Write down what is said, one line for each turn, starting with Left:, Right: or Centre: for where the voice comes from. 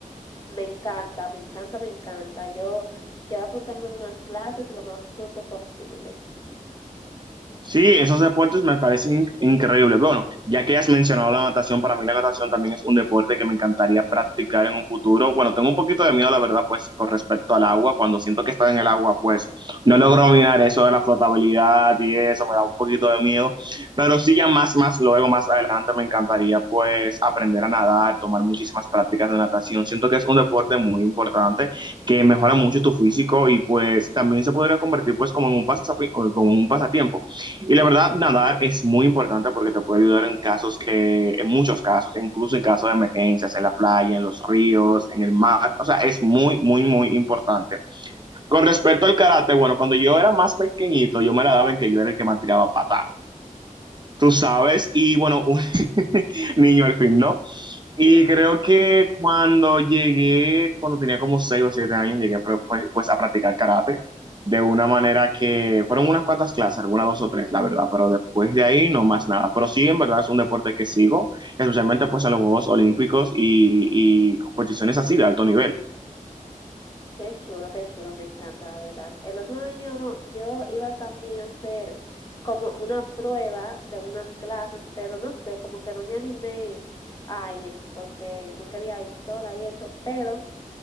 Left: me encanta, me encanta, me encanta. Yo quiero apuntarme en unas clases lo más pronto posible.
Right: Sí, esos deportes me parecen in- increíbles. Bueno, ya que has mencionado la natación, para mí la natación también es un deporte que me encantaría practicar en un futuro. Bueno, tengo un poquito de miedo, la verdad, pues con respecto al agua. Cuando siento que estoy en el agua, pues no logro mirar eso de la flotabilidad y eso, me da un poquito de miedo. Pero sí, ya más, más luego, más adelante, me encantaría pues aprender a nadar, tomar muchísimas prácticas de natación. Siento que es un deporte muy importante que mejora mucho tu físico y pues también se podría convertir pues como en un pasapi- como un pasatiempo. Y la verdad, nadar es muy importante porque te puede ayudar en casos que, en muchos casos, incluso en casos de emergencias, en la playa, en los ríos, en el mar. O sea, es muy, muy, muy importante. Con respecto al karate, bueno, cuando yo era más pequeñito, yo me la daba en que yo era el que más tiraba patada. Tú sabes, y bueno, un <laughs> niño al fin, ¿no? Y
Left: Sí.
Right: creo que cuando llegué, cuando tenía como 6 o 7 años, llegué pro- pues, pues a practicar karate de una manera que fueron unas cuantas clases, algunas dos o tres, la verdad, pero después de ahí no más nada. Pero sí, en verdad es un deporte que sigo, especialmente pues en los Juegos Olímpicos y, y competiciones así de alto nivel.
Left: Qué chulo, qué chulo, me encanta, la verdad. El otro año yo iba también a hacer como una prueba de unas clases, pero no sé, como que no me animé a ir porque no quería ir sola y eso, pero